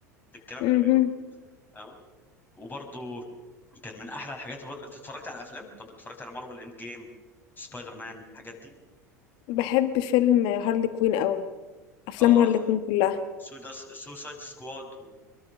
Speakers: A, on the left; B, on the left.
A: للكلام
B: اهم.
A: اللي بيقوله فاهمه وبرضه كان من احلى الحاجات برضه انت اتفرجت على افلام طب اتفرجت على مارفل اند جيم سبايدر مان الحاجات دي
B: باحب فيلم هارلي كوين أوي، أفلام
A: اه
B: هارلي كوين كلّها
A: سوداس سوسايد سكواد و...